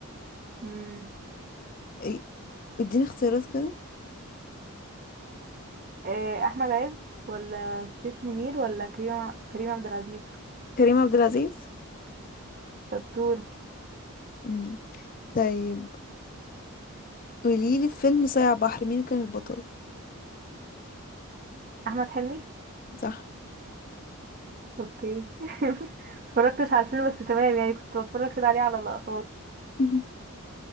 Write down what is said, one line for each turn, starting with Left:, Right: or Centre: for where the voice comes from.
Right: مم.
Left: إيه، اديني اختيارات كده
Right: آه، أحمد عز ولا شريف منير ولا كريم كريم عبد العزيز
Left: كريم عبد العزيز
Right: دكتور
Left: مم. طيب قوليلي في فيلم صايع بحر مين كان البطل
Right: أحمد حلمي
Left: صح
Right: اوكي <laughs> اتفرجتش على الفيلم بس تمام يعني كنت بتفرج كده عليه على لقطات
Left: <laughs>